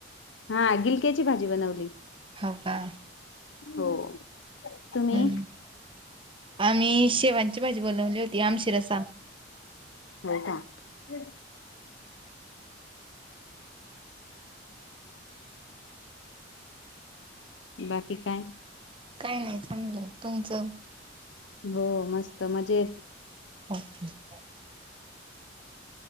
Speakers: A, on the left; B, on the right.
A: हा गिलक्याची भाजी बनवली.
B: हो का
A: हो तुम्ही
B: हम्म आम्ही शेवांची माझी बनवली होती आमशीरसा.
A: होय काय बाकी काय
B: काय नाही चांगलंय तुमच.
A: हो मस्त मजेत.
B: <inaudible>